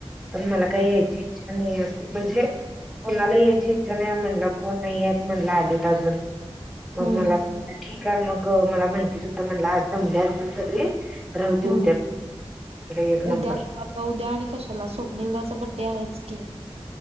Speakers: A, in the centre; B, on the right.
A: पण मला काही यायचीच. आणि बुजे कोणाला यायची इच्छा नाही म्हणलं कोण नाही येत म्हटलं आधित अजून मग
B: हम्म
A: मला ठीक आहे मग मला माहितीच होद्धा मला आज जमले असतील सगळे. राह देऊद्या
B: हम्म
A: एक नंबर
B: उद्या आता उद्या आणि कशाला स्वप्नीिलदाचा बड्डे आहेच की